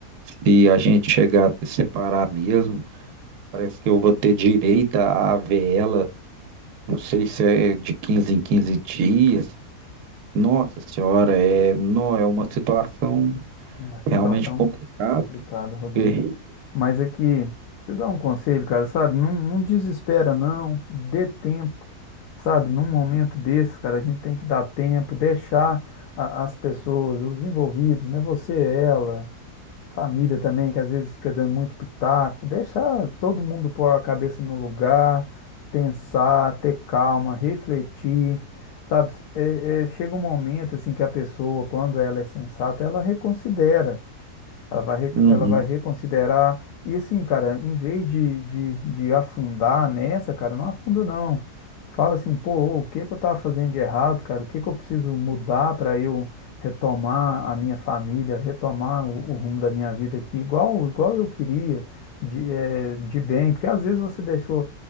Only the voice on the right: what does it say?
se a gente chegar a se separar mesmo, parece que eu vou ter direito a a ver ela, não sei se é de 15 em 15 dias. Nossa senhora, é, não, é uma situação
realmente complicada.
porque-
Uhum.